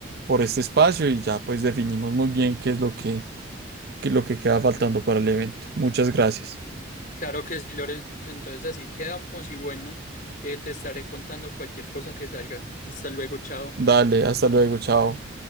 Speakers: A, on the right; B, on the left.
A: por este espacio y ya pues definimos muy bien qué es lo que, qué es lo que queda faltando para el evento. Muchas gracias.
B: Claro que sí, Lorenzo. Entonces así quedamos y bueno, eh, te estaré contando cualquier cosa que salga. Hasta luego, chao.
A: Dale, hasta luego, chao.